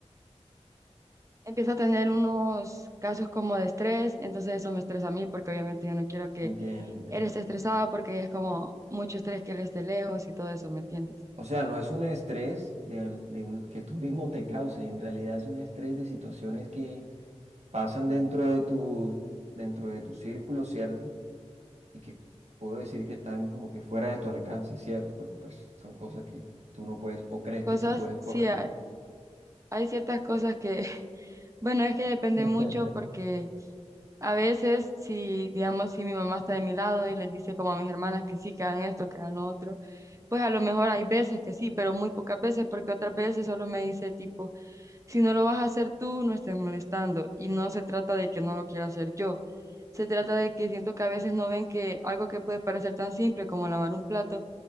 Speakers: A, on the right; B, on the right.
A: empieza a tener unos casos como de estrés, entonces eso me estresa a mí porque obviamente yo no quiero que
B: Entiende, entiende.
A: él está estresado porque es como mucho estrés que él esté lejos y todo eso, ¿me entiendes?
B: O sea, no es un estrés de, de un- que tú mismo te causes, en realidad es un estrés de situaciones que pasan dentro de tu, dentro de tu círculo, ¿cierto? y que puedo decir que están como que fuera de tu alcance, ¿cierto? Porque pues son cosas que tú no puedes o crees
A: Cosas,
B: que sí puedes
A: sí,
B: corregir.
A: hay, hay ciertas cosas que, <laughs> bueno, es que depende
B: <laughs>
A: mucho porque a veces si, digamos, si mi mamá está de mi lado y les dice como a mis hermanas que sí, que hagan esto, que hagan lo otro, pues a lo mejor hay veces que sí, pero muy pocas veces porque otras veces solo me dice tipo, si no lo vas a hacer tú, no estés molestando. Y no se trata de que no lo quiera hacer yo. Se trata de que siento que a veces no ven que algo que puede parecer tan simple como lavar un plato,